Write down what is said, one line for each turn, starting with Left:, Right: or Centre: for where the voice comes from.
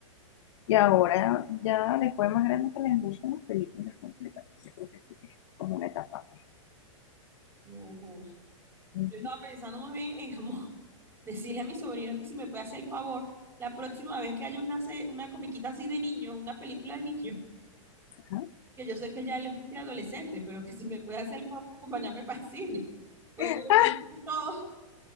Left: Y ahora, ya después más grande que les gustan las películas completas, yo creo que sí que es como una etapa.
Right: No, José.
Left: Uh-huh.
Right: Yo estaba pensando más bien en cómo <laughs> decirle a mi sobrino que si me puede hacer el favor, la próxima vez que haya una, se- una comiquita así de niños, una película de niños
Left: Ajá.
Right: que yo sé que ya él es un preadolescente, pero que si me puede hacer el favor de acompañarme para el cine. Pues
Left: <laughs>
Right: como me dice todo,